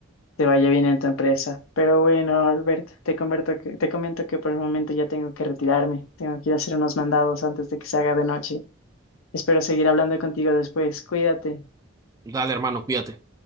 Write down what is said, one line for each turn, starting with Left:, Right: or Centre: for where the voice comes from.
Left: te vaya bien en tu empresa. Pero bueno, Albert, te converto que- te comento que por el momento ya tengo que retirarme. Tengo que ir a hacer unos mandados antes de que se haga de noche. Espero seguir hablando contigo después. Cuídate.
Right: Dale, hermano, cuídate.